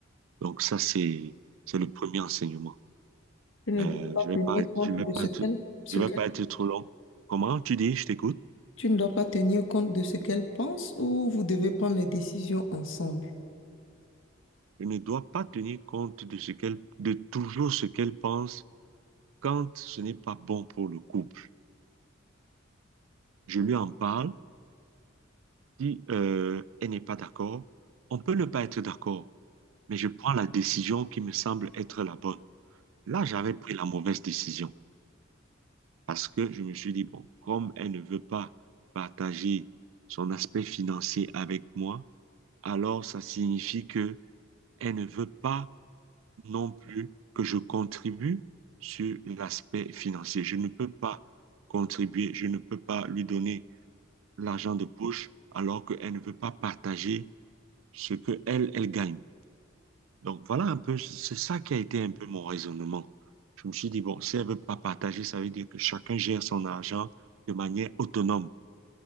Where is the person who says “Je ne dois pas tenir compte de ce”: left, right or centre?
Right